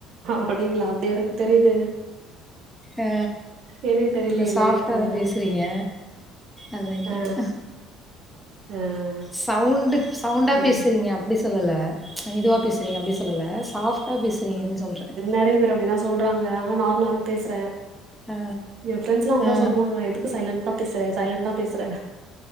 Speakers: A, on the right; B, in the centre.
A: அப்டிங்களா அப்படியாக்கு தெரியுது
B: ஆ
A: எனக்கு தெரிலல்ல
B: இல்ல சாஃப்டாதா
A: ஆ
B: பேசுறீங்க அதா கேட்டே
A: ஆ ஆ ஆ
B: சவுண்ட சவுண்டா
A: ம்
B: பேசுறீங்க அப்டி சொல்லல மிதுவா பேசுறீங்க அப்டி சொல்லல ஸாப்டா பேசுங்கன்னு சொல்றேன்
A: நறைய பேர் அப்படிதான் செ சொல்றாங்க ஆனா நார்மலா தான் பேசுறேன்
B: ஆ
A: என் ஃரெண்ட்ஸ்லா கூட
B: ஆ
A: சொல்லுவங்க எதுக்கு சைலன்ண்டா பேசுறே சைலண்டா பேசுற